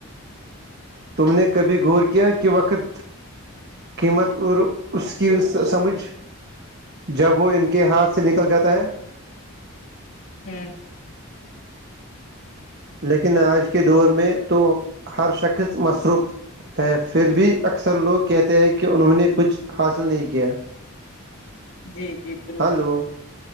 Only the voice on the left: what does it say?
ہوں
جی جی بالکل